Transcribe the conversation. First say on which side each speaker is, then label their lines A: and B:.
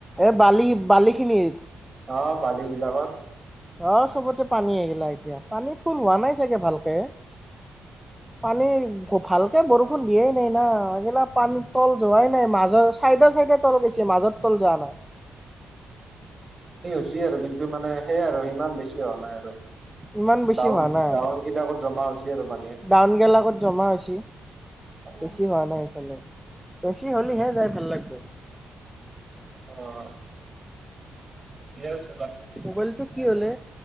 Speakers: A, in the centre; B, on the right.
A: এ বালি বালি খিনিত
B: অ বালি বিলাকত
A: আহ চবতে পানী আহগিলা এতিয়া পানী ফুল হোৱা নাই চাগে ভালকে পানী ভাল তে বৰষুণ দিয়ে নাই না এইগিলা পানীত তল যোৱাই নাই মাজৰ চাইদৰ চাইডে তল গৈছে মাজত তল যোৱা নাই
B: বুজি আৰু কিন্তু মানে সেয়াই আৰু ইিমান বেছি হোৱা নাই আৰু
A: ইমান বেছি
B: দ
A: হোৱা নাই।
B: দাৱন গিলা আকত জমা হৈছে আৰু পানী
A: ডাউন গেল আগত জমা হৈছ
B: অ
A: বেছি হোৱা নাই সফালে বেছি হ'লেহে যাই ভাল লাগিব
B: অ নি <unintelligible>
A: মোবাইলটো কি হলে